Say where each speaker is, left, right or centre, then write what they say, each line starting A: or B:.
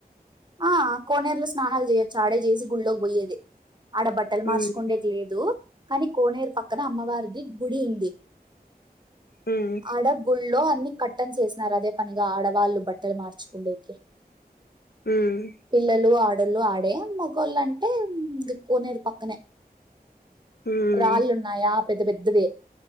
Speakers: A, on the right; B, on the left.
A: ఆ కోనేరులో స్నానాలు చేయొచ్చు ఆడే చేసి గుళ్ళకి పోయేది ఆడ బట్టలు
B: మ్మ్
A: మార్చుకుండేకి లేదు కానీ కోనేరు పక్కన అమ్మవారిది గుడి ఉంది
B: మ్మ్
A: అడా గు లో అన్ని కట్టని చేసినారు అదే పనిగా ఆడవాళ్ళు బట్టలు మార్చుకుండేకి
B: మ్మ్
A: పిల్లలు ఆ ఆడోళ్ళు ఆడే మగళ్ళు అంటే ఇ కోనేరు పక్కనే
B: మ్మ్
A: రాళ్ళు ఉన్నాయా పెద్ద పెద్దవే